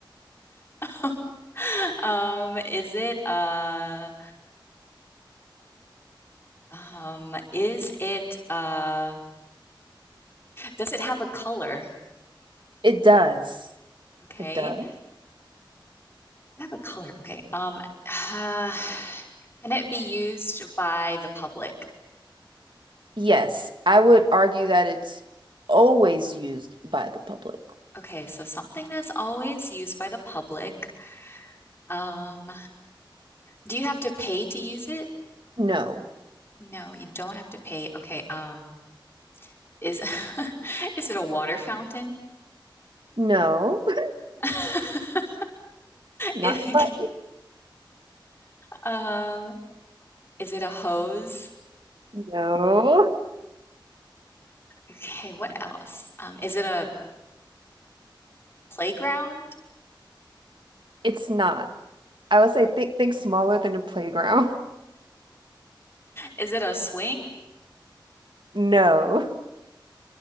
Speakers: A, on the left; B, on the right.
A: what is <laughs> um is it uh um is it uh does it have a color?
B: it does.
A: Okay.
B: It does.
A: Does it have a color? Okay. Um uh, can it be used by the public?
B: Yes, I would argue that it's always used by the public.
A: Okay, so something that's always used by the public. Um Do you have to pay to use it?
B: No,
A: No, you don't have to pay. Okay, um, is <laughs> is it a water fountain?
B: no, <laughs>
A: <laughs>
B: not
A: It-
B: by
A: um, is it a hose?
B: No,
A: Okay, what else? Um, is it a playground?
B: it's not. I would say think think smaller than a playground.
A: Is it a swing?
B: <laughs> No.